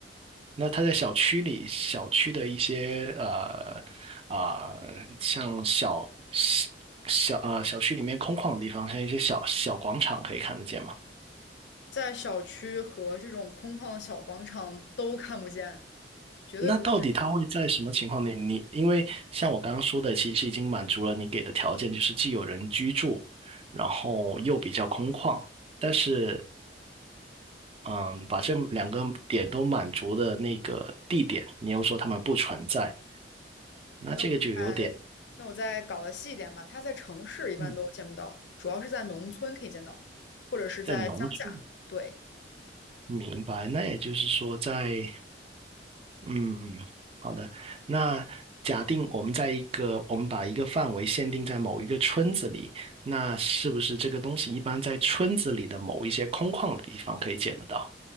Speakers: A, on the right (about 35°); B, on the left (about 70°).
A: 那它在小区里，小区的一些呃啊、像小小小呃小区里面空旷的地方，像一些小小广场可以看得见吗？
B: 在小区和这种空旷的小广场都看不见，绝对不。
A: 那到底他会在什么情况里？你因为像我刚刚说的，其实已经满足了你给的条件，就是既有人居住，然后又比较空旷。但是，嗯，把这两个点都满足的那个地点，你又说他们不存在，那这个就有点
B: 那我再那我再搞得细一点吧，它在城市一般都见不到，
A: 嗯，
B: 主要是在农村可以见到，或者是在乡下。
A: 在农村。
B: 对，
A: 明白。那也就是说在，嗯，好的。那假定我们在一个，我们把一个范围限定在某一个村子里，那是不是这个东西一般在村子里的某一些空旷的地方可以见得到？